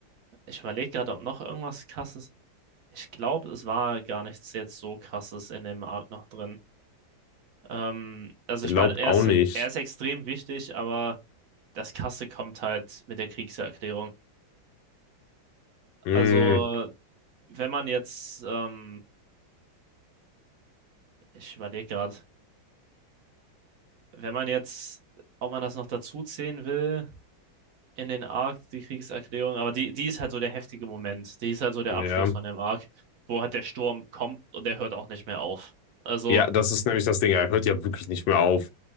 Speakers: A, on the right; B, on the left.
A: Ich überlege gerade, ob noch irgendwas krasses. Ich glaube, es war gar nichts jetzt so krasses in dem Arc noch drin. Ähm, also
B: Ich
A: ich
B: glaub
A: meine, er
B: auch
A: ist,
B: nicht.
A: er ist extrem wichtig, aber das Krasse kommt halt mit der Kriegserklärung.
B: Hm,
A: Also, wenn man jetzt, ähm, ich überlege gerade, Wenn man jetzt, ob man das noch dazu zählen will, in den Arc, die Kriegserklärung, aber die, die ist halt so der heftige Moment. Die ist halt so der
B: ja.
A: Abschluss von dem Arc, wo halt der Sturm kommt und der hört auch nicht mehr auf. Also,
B: Ja, das ist nämlich das Ding. Er hört ja wirklich nicht mehr auf.